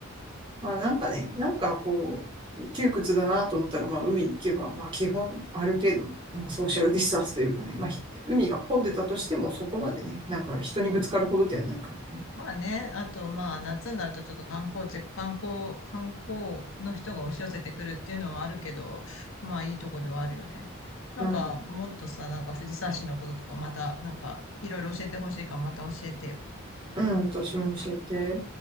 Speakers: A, on the right; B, on the left.
A: まあなんかね、なんかこう、窮屈だなと思ったら、まあ海に行けば、まあ基本ある程度の、まあソーシャルディスタンスというかね、まあひ海が混んでたとしてもそこまでね、なんか人にぶつかるほどではないからね。
B: まあね、あとまあ夏になるとちょっと観光地、観光、観光の人が押し寄せてくるっていうのはあるけど、まあいいとこではあるよね。なんかもっとさ、
A: うん、うん、
B: なんか藤沢市のこととかまた、なんかいろいろ教えてほしいからまた教えてよ。
A: うん、私も教えて。